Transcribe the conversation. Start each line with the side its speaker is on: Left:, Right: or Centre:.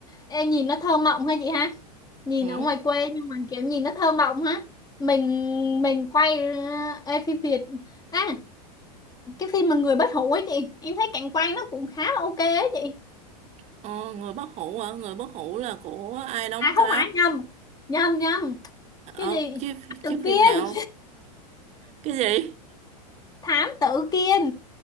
Left: em nhìn nó thơ mộng ha chị ha nhìn
Right: ừ.
Left: ở ngoài quê nhưng mà kiểu nhìn nó thơ mộng ha mình mình quay ờ, ê, phim Việt à cái phim mà người bất hủ ấy chị em thấy cảnh quan nó cũng khá là ok ấy chị
Right: ờ, người bất hủ hả người bất hủ là của ai đóng
Left: à không
Right: ta
Left: phải nhầm nhầm nhầm cái
Right: ờ,
Left: gì
Right: chiếu
Left: tự
Right: chiếu
Left: kiên
Right: phim nào cái gì
Left: thám tử kiên